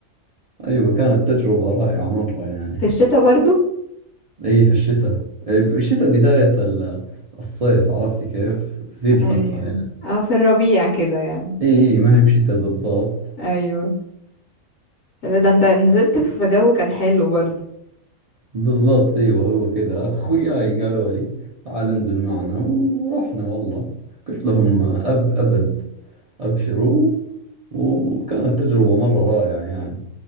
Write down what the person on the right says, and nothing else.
ايوه كانت تجربة رائعة مرة يعني
اي في الشتاء إي بشتاء بداية ال- الصيف عرفتي كيف في ذي الفترة
يعني
اي إي، ما هي بشتاء بالضبط
بالضبط ايوه هو كذا اخوياي قالوا لي تعال انزل معنا ورحنا والله قلت لهم أب ابد ابشروا وكانت تجربة مرة رائعة يعني